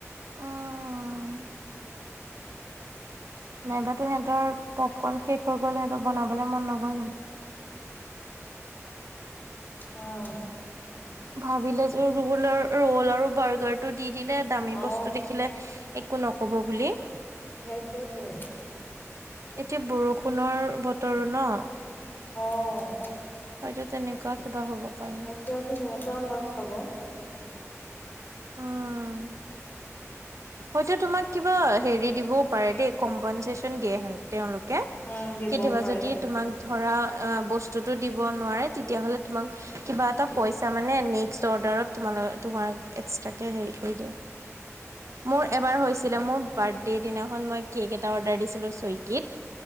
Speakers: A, on the right; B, on the left.
A: উম, নাইবা তো, সিহঁতৰ পপকৰ্ন শেষ হৈ গ'ল, সিহঁতৰ বনাবলৈ মন নগ'ল নেকি?
B: উম,
A: ভাবিলে যে ৰোল-ৰোল আৰু বাৰ্গাৰটো দি দিলে, দামী
B: অ
A: বস্তু দেখিলে একো নক'ব বুলি।
B: <inaudible>
A: এতিয়া বৰষুণৰ বতৰো ন,
B: অ, <unintelligible>
A: হয়টো তেনেকুৱা কিবা হ'ব পাৰে।
B: এতিয়া যে সিহঁতৰ ল'চ হ'ব।
A: উম, প, তোমাক কিবা হেৰি দিবও পাৰে দেই, কম্পনচেচন দিয়ে হেন তেওঁলোকে
B: উম
A: কেতিয়াবা
B: দিবও পাৰে
A: যদি
B: চাগে
A: তোমাক ধৰা বস্তুটো দিব নোৱাৰে, তেতিয়াহ'লে তোমাক কিবা এটা পইচা নেকচত অৰ্ডাৰত তোমালো-তোমাক এক তাকে, হেৰি কৰি দিয়া। মোৰ এবাৰ হৈছিলে বাৰ্থদে দিনাখন কেক এটা অৰ্ডাৰ দিছিলো চই ক <inaudible>